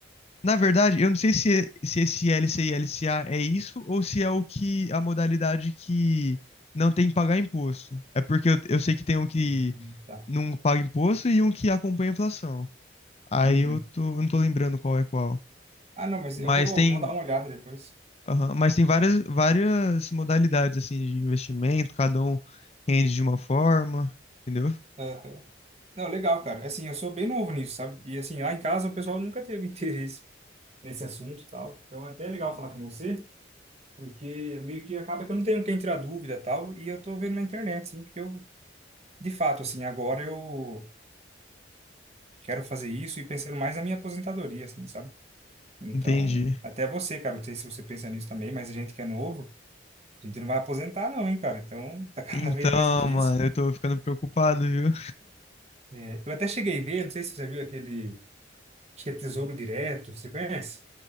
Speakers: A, on the left; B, on the right.
A: Na verdade, eu não sei se, se esse LC e LCA é isso ou se é o que a modalidade que não tem que pagar imposto. É porque eu, eu sei que tem um que
B: Uhum, Tá.
A: não paga imposto e um que acompanha a inflação. Aí
B: Uhum.
A: eu tô, eu não tô lembrando qual é qual.
B: Ah, não, mas
A: Mas
B: eu vou,
A: tem,
B: vou dar uma olhada depois.
A: aham, mas tem várias, várias modalidades assim de investimento, cada um rende de uma forma, entendeu?
B: Aham. Não, legal, cara. Assim, eu sou bem novo nisso, sabe? E assim, lá em casa o pessoal nunca teve <laughs> interesse nesse assunto e tal. Então é até legal falar com você, porque meio que acaba que eu não tenho quem tirar dúvida e tal, e eu tô vendo na internet, sim, porque eu de fato, assim, agora eu quero fazer isso e pensando mais na minha aposentadoria, assim, sabe? Então,
A: Entendi.
B: até você, cara, não sei se você pensa nisso também, mas a gente que é novo, a gente não vai aposentar não, hein, cara? Então, tá <laughs> cada
A: Então,
B: vez mais difícil.
A: mano, eu tô ficando preocupado, viu?
B: É, eu até cheguei a ver, não sei se você viu aquele, acho que é Tesouro Direto, você conhece?